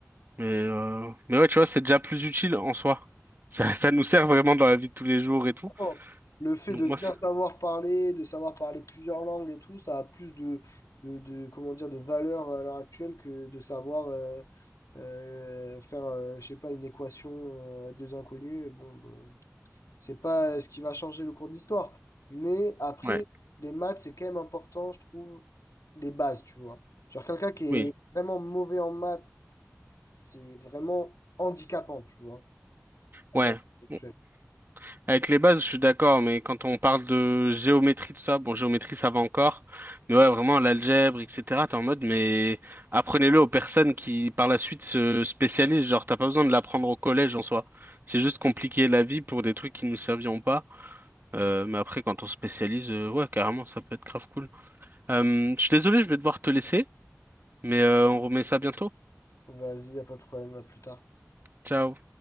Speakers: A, on the right; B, on the left.
A: Mais, euh, mais ouais, tu vois, c'est déjà plus utile en soi. Ça, ça nous sert vraiment dans la vie de tous les jours et tout.
B: Bon. Le fait
A: Donc
B: de
A: moi,
B: bien
A: c'est-
B: savoir parler, de savoir parler plusieurs langues et tout, ça a plus de, de, de- comment dire, de valeur à l'heure actuelle que de savoir euh, euh, faire, euh, je sais pas, une équation, euh, à deux inconnus. Bon, ben, c'est pas euh, ce qui va changer le cours d'histoire. Mais après,
A: ouais,
B: les maths, c'est quand même important, je trouve, les bases, tu vois. Genre quelqu'un qui est
A: oui,
B: vraiment mauvais en maths, c'est vraiment handicapant, tu vois, à
A: ouais.
B: l'heure actuelle.
A: Bon. Avec les bases, je suis d'accord, mais quand on parle de géométrie, tout ça, bon, géométrie, ça va encore. Mais ouais, vraiment, l'algèbre, etc., t'es en mode, mais apprenez-le aux personnes qui, par la suite, se spécialisent. Genre, t'as pas besoin de l'apprendre au collège en soi. C'est juste compliquer la vie pour des trucs qui nous serviront pas. Euh,
B: Mm.
A: mais après, quand on se spécialise, euh, ouais, carrément, ça peut être grave cool. Euh, je suis désolé, je vais devoir te laisser. Mais euh, on remet ça bientôt.
B: Vas-y, y a pas de problème, à plus tard.
A: Ciao.